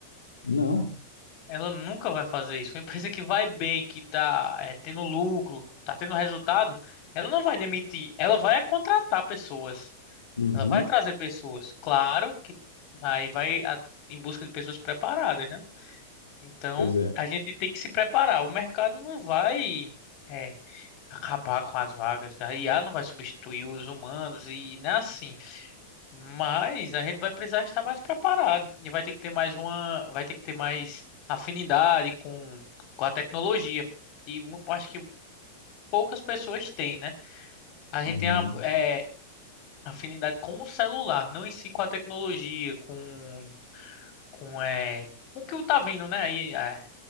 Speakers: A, on the left; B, on the left.
A: Não.
B: Ela nunca vai fazer isso. Uma empresa que vai bem, que tá, eh, tendo lucro, tá tendo resultado, ela não vai demitir. Ela vai contratar pessoas.
A: Uhum.
B: Ela vai trazer pessoas. Claro que aí vai a- em busca de pessoas preparadas, né? Então,
A: Pois é.
B: a gente tem que se preparar. O mercado não vai. é, acabar com as vagas. A IA não vai substituir os humanos e não é assim. Mas a gente vai precisar estar mais preparado e vai ter que ter mais uma, vai ter que ter mais afinidade com, com a tecnologia. E mu- acho que poucas pessoas têm, né? A gente
A: Uhum.
B: tem a, é, afinidade com o celular, não em si com a tecnologia, com com é, o que tá vindo, né? Aí é,